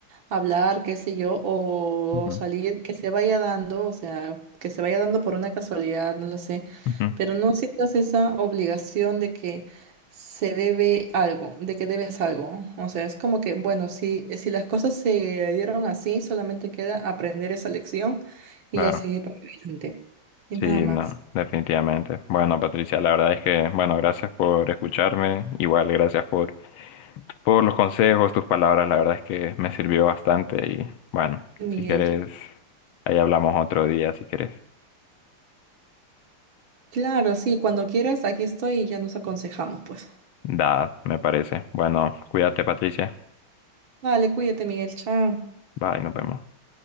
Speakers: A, on the right; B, on the left.
A: hablar, qué sé yo, o
B: Ujú.
A: salir, que se vaya dando, o sea, que se vaya dando por una casualidad, no lo sé,
B: Ujú.
A: pero no sientas esa obligación de que se debe algo, de que debes algo. ¿no? O sea, es como que, bueno, si, si las cosas se dieron así, solamente queda aprender esa lección
B: Claro,
A: y ya seguir para adelante. Y nada
B: sí,
A: más.
B: no, definitivamente. Bueno, Patricia, la verdad es que, bueno, gracias por escucharme, igual gracias por, por los consejos, tus palabras, la verdad es que me sirvió bastante y bueno,
A: Miguel,
B: si quieres, ahí hablamos otro día, si quieres.
A: Claro, sí, cuando quieras, aquí estoy y ya nos aconsejamos, pues.
B: Da, me parece. Bueno, cuídate, Patricia.
A: Vale, cuídate, Miguel, chao.
B: Bye, nos vemos.